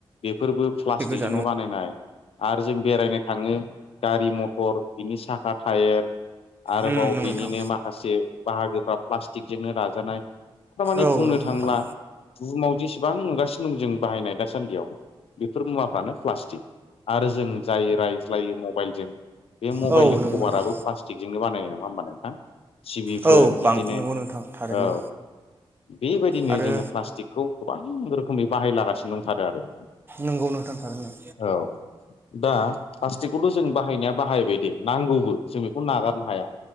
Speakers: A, on the left; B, on the right.
A: बेफोरबो प्लास्टिकजोंनो
B: गोजानाव
A: बानायनाय। आरो जों बेरायनो थाङो गारि मथर बिनि साखा टायार आरोबाव
B: उम नंगौ
A: बिनिनो
B: नोंथां
A: माखासे बाहागोफ्रा प्लास्टिकजोंनो दाजानाय। थार माने
B: औ
A: बुंनो
B: नंगौ
A: थांब्ला
B: नोंथां
A: बुहुमाव जेसेबां नुगासिनो दं जों बाहायनाय दासान्दियाव बेफोर मुवाफ्रानो प्लास्टिक। आरो जों जाय रायज्लायो मबाइलजों बे मबाइलनि
B: औ नंगौ
A: कभाराबो
B: नोंथां
A: प्लास्टिकजोंनो बानायनाय नङा होमबा नोंथां। टिबि बिफोर
B: औ
A: बिदिनो
B: बां नंगौ नोंथां थारैनो
A: औ बेबायदिनो
B: आरो
A: जोंङो प्लास्टिकखौ गोबां रोखोमै बाहायलागासिनो दंथारो आरो।
B: नंगौ नोंथां थारैनो।
A: औ दा प्लास्टिकखौथ' जों बाहायनाया बाहायबाय दे नांगौबो जों बेखौ नागारनो हाया।